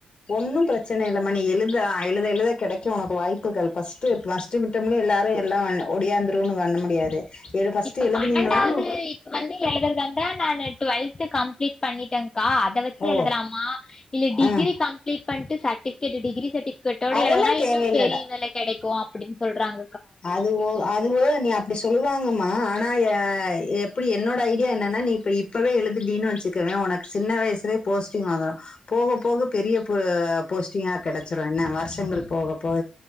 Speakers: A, on the left; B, on the left.
A: ஒன்னு பிரச்சன இல்ல மா நீ எழுத எழுத எழுத கெடைக்கு உனக்கு வாய்ப்புகள் ஃபஸ்டு ப்ளஸ் ஃபஸ்ட்டு மிட்டம்ல எல்லாரு எல்லா ஒடியாந்துருன்னு வண்ண முடியாது எது ஃபர்ஸ்ட்
B: இப்ப
A: எழுதுனீங்களா
B: பன்னெண்டாவது இப்ப வந்து எழுதுறதா இருந்தா நானு டுவல்த் கம்ப்ளீட் பண்ணிட்டே கா அத வச்சு
A: ஓ
B: எழுதலாமா இல்ல டிகிரி
A: ஆ
B: கம்ப்ளீட் பண்ட்டு சர்டிபிகேட் டிகிரி சர்டி கேட்டோட
A: அதெல்லா
B: எழுதுனா இன்னு
A: தேவையில்ல
B: பெரிய வேல கெடைக்கு அப்டின் சொல்றாங்க
A: அது ஒ அதுவோ நீ அப்டி சொல்லுவாங்கம்மா ஆனா எ எப்டி என்னோட ஐடியா என்னன்னா நீ இப்ப இ இப்பவே எழுதுடின்னு வச்சுக்கவே உனக்கு சின்ன வயசுலே போஸ்டிங் வாங்கலா போக போக பெரிய பொ போஸ்ட்டிங்கா கெடச்சிரு என்ன வருஷங்கள் போக போக